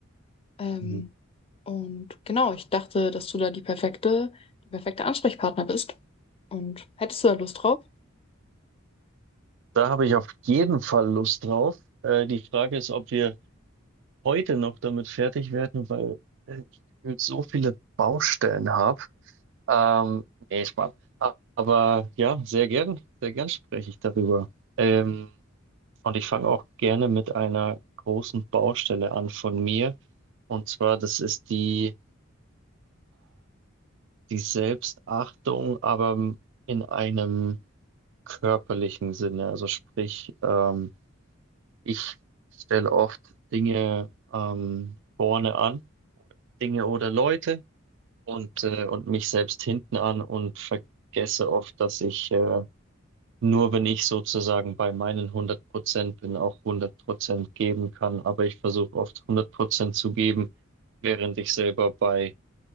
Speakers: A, on the left; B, on the right.
A: Ähm,
B: Mhm.
A: und genau, ich dachte, dass du da die perfekte, die perfekte Ansprechpartner bist. Und hättest du da Lust drauf?
B: Da habe ich auf jeden Fall Lust drauf. Äh, die Frage ist, ob wir heute noch damit fertig werden, weil äh, ich gefühlt so viele Baustellen habe. Ähm, nee, Spaß. A- Aber ja, sehr gern, sehr gern spreche ich darüber. Ähm, und ich fange auch gerne mit einer großen Baustelle an von mir. Und zwar, das ist die, die Selbstachtung, aber in einem körperlichen Sinne. Also sprich, ähm, Ich stelle oft Dinge ähm, vorne an, Dinge oder Leute und, äh, und mich selbst hinten an und vergesse oft, dass ich äh, nur, wenn ich sozusagen bei meinen 100 Prozent bin, auch 100 Prozent geben kann. Aber ich versuche oft 100 Prozent zu geben, während ich selber bei